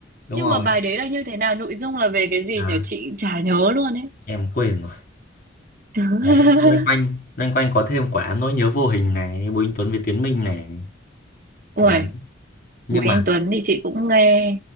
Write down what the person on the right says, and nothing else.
nhưng
mà bài đấy là như thế nào nội dung là về cái gì
nhỉ chị chả nhớ luôn ấy
<laughs>
Ui,
Bùi Anh
Tuấn thì chị cũng nghe